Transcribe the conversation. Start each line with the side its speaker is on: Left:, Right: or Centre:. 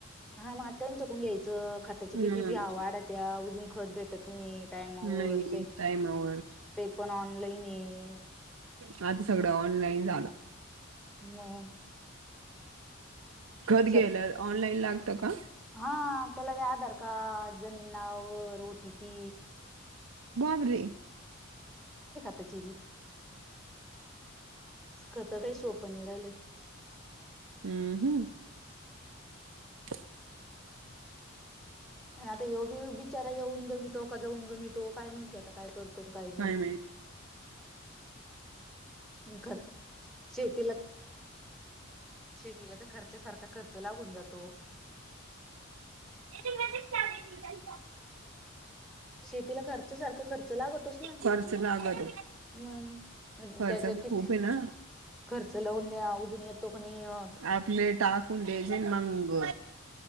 Centre: हा मग त्यांच्याकून घ्यायचं खताची
Right: हम्म
Centre: किती भि वाढत्या अजून खत भेटत नाही टाईमवर
Right: नाही
Centre: ते
Right: टाईमावर
Centre: ते पण ऑनलाईन ये
Right: आता सगळं ऑनलाईन झालं
Centre: मग
Right: खत घ्यायला
Centre: श
Right: ला ऑनलाईन लागतं का
Centre: हा त्याला व आधार कार्ड जमीन नावावर ओटी पी
Right: बाबरे
Centre: त्याचीबी खता काही सोप नाही राहिलं
Right: हम्म हम्म, <unintelligible>
Centre: आता येव बी बिचारा येऊन गमितो का जाऊन गमितो काय माहितीय आता काय करतो. तुम काही नाही.
Right: काय माहित
Centre: खर शेतीला, शेतीला तर खर्च्यासारखा खर्च लागून जातो.
Right: मलता
Centre: शेतीला खर्च सारखा खर्च लागतोस ना
Right: खर्च लागतो
Centre: मग,
Right: खर्च
Centre: त्याच्या
Right: बी
Centre: किती
Right: खूप आहे ना
Centre: खर्च लावून द्या अजून येतो क नाही येत.
Right: आपले टाकून द्यायचे मंग